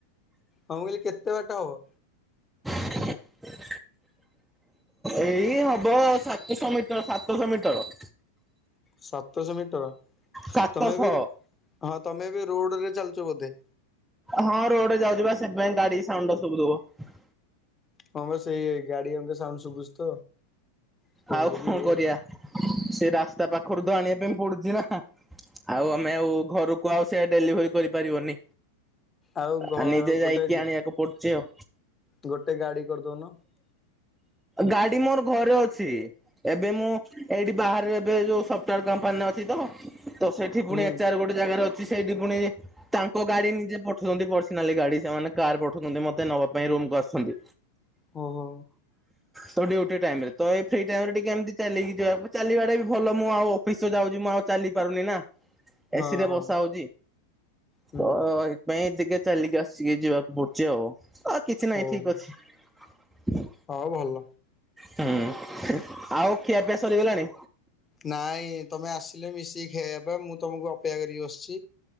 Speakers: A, on the left; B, in the centre.
A: ହଁ ମୁଁ କହିଲି କେତେ ବାଟ ହବ?
B: <inaudible> ଏଇ ହବ ସାତଶହ ମିଟର, ସାତଶହ ମିଟର।
A: ସାତଶହ ମିଟର,
B: ସାତଶହ।
A: ତମେ ଏବେ ହଁ ତମେ ଏବେ ରୋଡରେ ଚାଲୁଚ ବୋଧେ।
B: ହଁ ରୋଡରେ ଯାଉଛି ବା ସେଥିପାଇଁ ଗାଡି ସାଉଣ୍ଡ ଟା ଶୁଭୁ ଥିବ।
A: ହଁ ବା ସେଇ ଗାଡି ଅଙ୍କା ସାଉଣ୍ଡ ଶୁଭୁଛି ତ ସେଇ
B: ଆଉ
A: ଯୋଗୁ
B: କଣ
A: ଇଏ
B: କରିବା
A: ଆଉ।
B: ସେ ରାସ୍ତା ପାଖରୁ ତ ଆଣିବା ପାଇଁ ପଡୁଛି ନା। ଆଉ ଆମେ ଆଉ ଘରକୁ ଆଉ ସେ ଡେଲିଭରି କରିପାରିବନି।
A: ଆଉ ଘ
B: ଆ ନିଜେ
A: ଗୋଟେ
B: ଯାଇକି ଆଣିବାକୁ ପଡୁଛି ଆଉ।
A: ଗୋଟେ ଗାଡି କରିଦଉନ।
B: ଗାଡି ମୋର ଘରେ ଅ ଛି ଏବେ ମୁଁ ଏଇଠି ବାହାରେ ଏବେ ଯୋଉ ସଫ୍ଟୱେର କମ୍ପାନୀରେ ଅଛି ତ। ତ ସେଠି ପୁଣି
A: ହୁଁ
B: ଏଚ୍ଆର ଗୋଟେ ଜାଗାରେ ଅଛି ତ ସେଇଠି ପୁଣି ତାଙ୍କ ଗାଡି ନିଜେ ପଠଉଛନ୍ତି, ପର୍ସନାଲି ଗାଡି ସେମାନେ କାର ପଠଉଛନ୍ତି ମତେ ନବା ପାଇଁ ରୁ ରମ୍କୁ ଆସୁଛନ୍ତି।
A: ହ ହୋ।
B: ତ ଡ୍ୟୁଟି ଟାଇମରେ ତ ଏଇ ଫ୍ରି ଟାଇମ ରେ ଟିକେ ଏମିତି ଚାଲିକି ଯିବା ଚାଲିବାଟା ବି ଭଲ ମୁଁ ଆଉ ଅଫିସ ଯାଉଛି ମୁଁ ଆଉ ଚାଲି ପାରୁନି ନା। ଏସି
A: ହଁ
B: ରେ
A: ହଁ
B: ବସା ହଉଚ
A: ହୁଁ
B: ତ ଏଇଥିପାଇଁ ଟିକେ ଚାଲିକି ଆସିକି ଯିବାକୁ ପଡୁଛି ଆଉ କିଛି ନାହିଁ
A: ଓହୋ
B: ଠିକ ଅଛି।
A: ହଉ ଭଲ।
B: ହୁଁ ଆଉ ଖିଆପିଆ ସରିଗଲାଣି।
A: ନାଇଁ ତମେ ଆସିଲେ ମିଶିକି ଖାଇବା ପା ମୁଁ ତମକୁ ଅପେକ୍ଷା କରିକି ବସିଚି